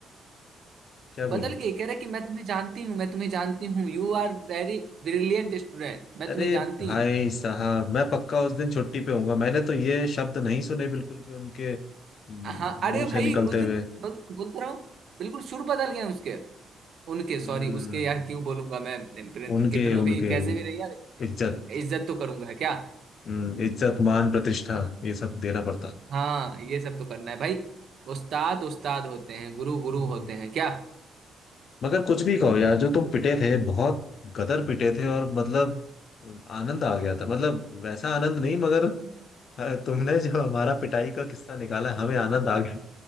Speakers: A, on the left (about 60°); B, on the right (about 60°).
A: क्या बोली
B: बदल गई कह रहे कि मैं तुम्हें जानती हूँ मैं तुम्हें जानती हूँ you are very brilliant student मैं
A: अरे
B: तुम्हें जानती
A: भाई
B: हूँ
A: साहब मैं पक्का उस दिन छुट्टी पे होऊंगा मैंने तो ये शब्द नहीं सुने बिल्कुल भी उनके हम्म,
B: हाँ अरे
A: मुंह
B: भाई
A: से निकलते
B: उस दिन
A: हुए
B: बोल बोल तो रहा हूँ बिल्कुल सुर बदल गए उसके उनके सॉरी
A: हम्म
B: उसके यार क्यों बोलूंगा मैं प्रे-
A: उनके
B: कितना
A: उनके
B: भी कैसे भी रही यार
A: इज्जत
B: इज्जत तो करूंगा क्या
A: हम्म, इज्जत मान प्रतिष्ठा
B: हाँ
A: ये सब देना पड़ता
B: हाँ, ये सब तो करना है भाई उस्ताद उस्ताद होते हैं गुरु गुरु
A: हम्म।
B: होते हैं क्या
A: मगर कुछ भी कहो यार जो तुम पिटे थे बहुत गदर पिटे थे और मतलब आनंद आ गया था मतलब वैसा आनंद नहीं मगर अ, तुमने जो हमारा पिटाई का किस्सा निकाला हमें आनंद आ गया